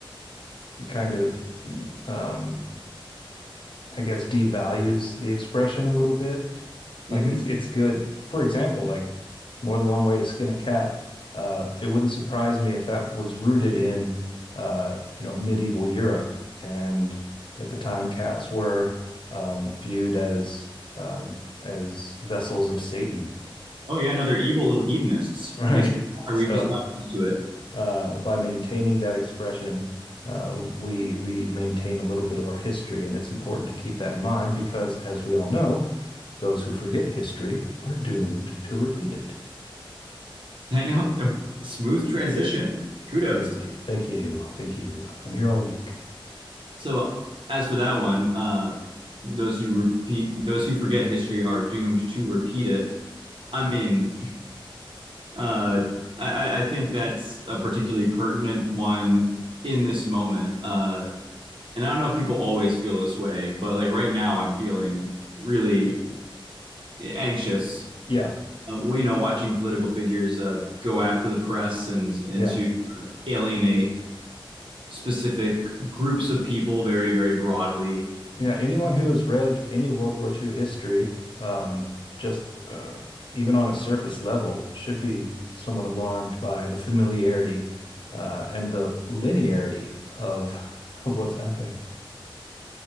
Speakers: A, on the left (about 65°); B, on the right (about 65°).
A: kind of um, I guess devalues the expression a little bit.
B: Mm-hmm.
A: Like it's it's good. For example, like more than one way to skin a cat. Uh, it wouldn't surprise me if that was rooted in uh, you know, medieval Europe. And at the time, cats were um, viewed as um, as vessels of Satan,
B: Oh yeah, no, they're evil little hedonists.
A: <laughs> right?
B: They are.
A: So
B: We've just got used to it.
A: uh, by maintaining that expression, uh, we we maintain a little bit of our history, and it's important to keep that in mind because, as we all know, Those who forget history are doomed to repeat it.
B: Thank <laughs> smooth transition. Kudos.
A: Thank you. Thank you. Thank you. I'm here all week.
B: So as for that one, uh, those who repeat, those who forget history are doomed to repeat it. I mean, uh, I, I think that's a particularly pertinent one in this moment. Uh, and I don't know if people always feel this way, but like right now, I'm feeling really anxious.
A: Yeah.
B: Uh, well, you know, watching political figures uh, go after the press and into
A: Yeah.
B: alienate specific groups of people very, very broadly.
A: Yeah. Anyone who has read any World War II history, um, just uh, even on a surface level, should be somewhat alarmed by the familiarity uh, and the linearity of of what's happening.